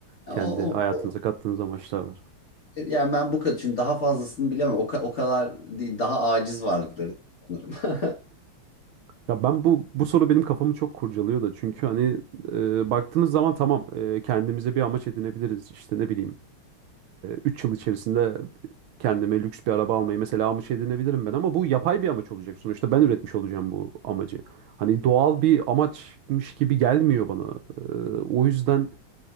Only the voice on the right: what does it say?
Kendi
hayatınıza
kattığınız amaçlar var.
Ya ben bu bu soru benim kafamı çok kurcalıyor da çünkü hani e, baktığınız zaman tamam e, kendimize bir amaç edinebiliriz işte ne bileyim 3 yıl içerisinde kendime lüks bir araba almayı mesela amaç edinebilirim ben ama bu yapay bir amaç olacak sonuçta ben üretmiş olacağım bu amacı. Hani doğal bir amaçmış gibi gelmiyor bana. Ee, o yüzden